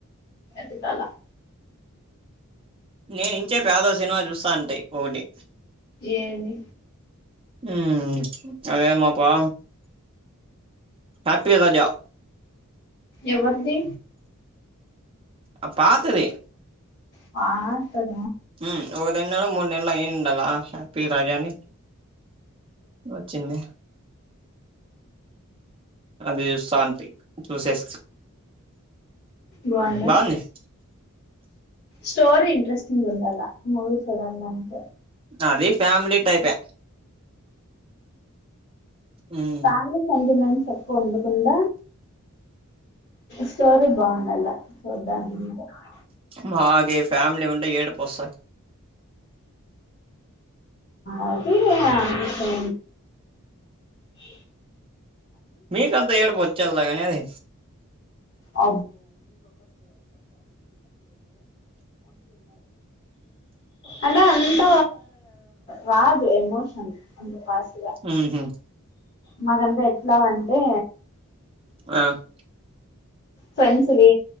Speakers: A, on the left; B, on the right.
A: ఎతుకలా
B: నేను ఇంచే పి ఎదో సినిమా చూస్తా ఉంటాయి ఒటి
A: ఏది
B: ఊ అదేమాప్ప హ్యాపీవజ
A: ఎవరిది
B: అ పాతది
A: పాతద
B: ఉ ఒక రెండనల మూడు నెలల అయిండాల హ్యాపీ రాజాని వచ్చింది అది సాంతి చూసేసి
A: బాగుందా
B: బాగుంది
A: స్టోరీ ఇంట్రెస్టింగ్ ఉండాల మూవీ చూడాల అంతె
B: అది ఫ్యామిలీ <unintelligible> ఉమ్
A: ఫ్యామిలీ సెంటిమెంట్స్ ఎక్కువ ఉండకుండ స్టోరి బాగుండల <unintelligible>
B: <unintelligible> ఫ్యామిలీ ఉండే ఏడుపు <unintelligible>
A: అది అంటూ <unintelligible>
B: మీకు అంత <unintelligible> పోచల్లాగానే అది
A: <unintelligible> అంటే అంత రాదు ఎమోషన్ అంత <unintelligible>
B: ఉహు
A: మాకంత ఎట్లావంటే
B: ఆ
A: ఫ్రెన్స్వి